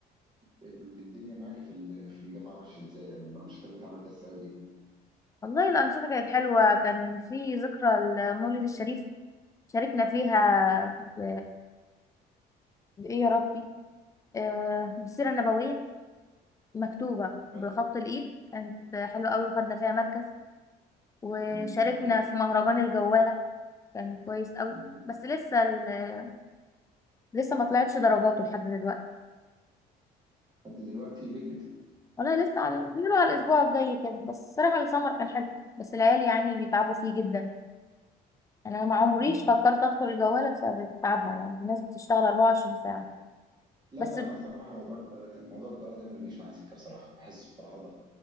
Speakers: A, on the right (about 25°); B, on the left (about 20°).
A: الدنيا معاك في ال- في الجامعه ماشيه ازاي يعني الانشطه اللي انت عملتها السنه دي
B: والله الأنشطة كانت حلوة كان في ذكرى المولد الشريف شاركنا فيها ب... بإيه يا ربي آه، بالسيرة النبوية مكتوبة
A: حلو
B: بخط الإيد كانت حلوة قوي وخدنا فيها مركز وشاركنا
A: مم.
B: في مهرجان الجوالة كان كويس قوي
A: حلو
B: بس لسه ال- آه، لسه ما طلعتش درجاته لحد دلوقتي
A: لحد دلوقتي ليه كده؟
B: والله لسه على بيقولوا على الأسبوع الجاي كده بس الصراحة السمر كان حلو بس العيال يعني بيتعبوا فيه جدا يعني أنا ما عمريش
A: مم.
B: فكرت أدخل الجوالة بسبب تعبها يعني الناس بتشتغل 24 ساعة
A: لا
B: بس
A: لا انا بصراحه موضوع الجواله ده موضوع الجواله ده ما بيجيش معايا سكه بصراحه بحس فرهضه